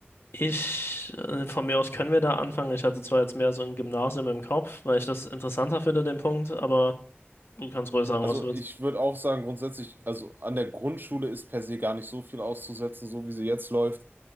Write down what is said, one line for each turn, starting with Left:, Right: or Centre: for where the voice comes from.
Left: Ich, äh, von mir aus können wir da anfangen. Ich hatte zwar jetzt mehr so ein Gymnasium im Kopf, weil ich das interessanter finde, den Punkt, aber du kannst ruhig sagen,
Right: Also
Left: was du willst.
Right: ich würde auch sagen, grundsätzlich, also an der Grundschule ist per se gar nicht so viel auszusetzen, so wie sie jetzt läuft,